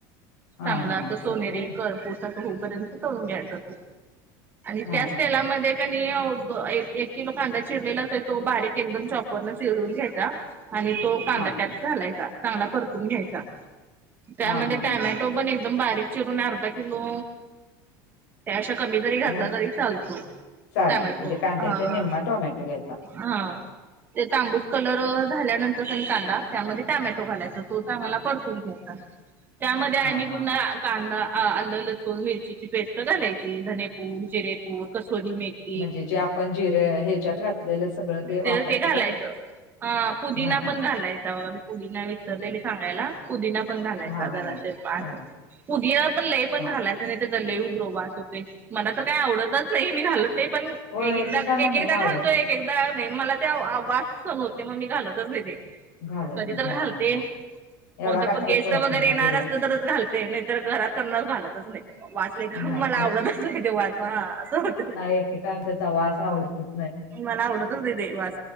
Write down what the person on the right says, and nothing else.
चांगला,
असं सोनेरी
करपूस असं ते होई पर्यंत तळून घ्यायचा तो आणि
त्याच
तेलामध्ये
कनय उब एक किलो कांदा चिरलेला असेल तो, बारीक एकदम चॉपर न चिरून घ्यायचा. आणि तो कांदा
त्यात घालायचा, चांगला परतून घ्यायचा. त्यामध्ये
टोमॅटो
पण एकदम बारीक चिरून अर्धा किलो त्या अशा कमी जरी घातला
तरी चालतो,
टोमॅटो
हा.
हा ते तांबूस कलर झाल्यानंतर कनय कांदा त्यामध्ये टोमॅटो घालायचा, तो चांगला परतून घ्यायचा. त्यामध्ये आणि
पुन्हा
कांदा अ आलं, लसूण, मिरचीची पेस्ट घालायची धनेपूड, जिरेपूड, कसुरी मेथी.
ते ते घालायचं
ह पुदिना
पण,
घालायचा बघा पुदीना विसरलेली सांगायला. पुदीना पण घालायचा,
जराशी
पान
पुदीना पण लय पण
घालायच नाही तेजा लय उग्र वास येतोय. मला तर काय आवडतच नाही मी घालत नाही, पण
एक एकदा,
एकएकदा
घालतोय एक एकदा तर नाही मला ते वा- वास सहण होत नाही, म्हणून मी घालतच नाही ते.
कधी
तर
घालते
कोणतं
पण,
गेस्ट
वगैरे
येणार
असलं तरच घालते. दे नाही तर, घरात करणार घालतच नाही. वास लय घाण
मला
आवडतच नाही, ते वास हा असं होतय.
मला आवडतच ते वास